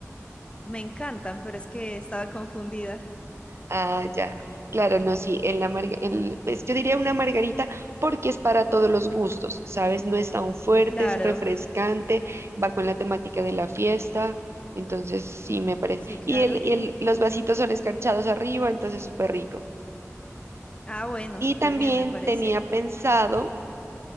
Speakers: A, on the left; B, on the right.
A: Me encantan, pero es que estaba confundida.
B: Ah, ya. Claro, no, sí, en la marga- en- pues, yo diría una margarita porque es para todos los gustos, ¿sabes? No es tan fuerte,
A: Claro,
B: es refrescante, va con la temática de la fiesta, entonces sí me parece.
A: sí, claro.
B: Y, el,
A: y-
B: y el- los vasitos son escarchados arriba, entonces súper rico.
A: Ah, bueno,
B: Y
A: súper
B: también
A: bien, me parece.
B: tenía pensado